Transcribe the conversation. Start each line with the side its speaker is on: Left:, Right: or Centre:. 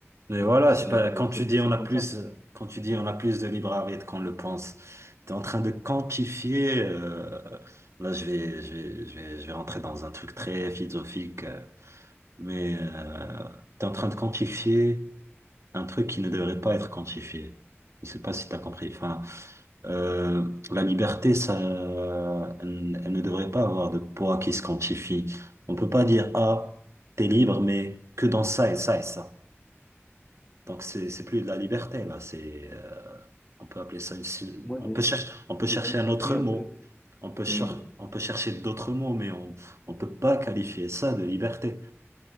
Right: Mais
Left: je
Right: voilà,
Left: pense
Right: je sais
Left: euh,
Right: pas,
Left: que
Right: quand
Left: c'est
Right: tu dis
Left: c'est
Right: on a
Left: comme
Right: plus,
Left: ça.
Right: quand tu dis on a plus de libre arbitre qu'on le pense, t'es en train de quantifier. euh, là, je vais, je vais, je vais, je vais rentrer dans un truc très philosophique, euh, mais tu es en train de quantifier un truc qui ne devrait pas être quantifié. Je sais pas si tu as compris. Enfin, euh, la liberté, ça, elle, elle ne devrait pas avoir de poids qui se quantifie. On peut pas dire, ah, t'es libre, mais que dans ça et ça et ça. Donc c'est c'est plus de la liberté là. C'est euh, on peut appeler ça une, su-
Left: Moi,
Right: on
Left: j'ai
Right: peut chercher on peut
Left: j'ai
Right: chercher
Left: un esprit
Right: un autre
Left: un
Right: mot.
Left: peu,
Right: On peut cher-
Left: oui,
Right: on peut chercher d'autres mots, mais on on peut pas qualifier ça de liberté.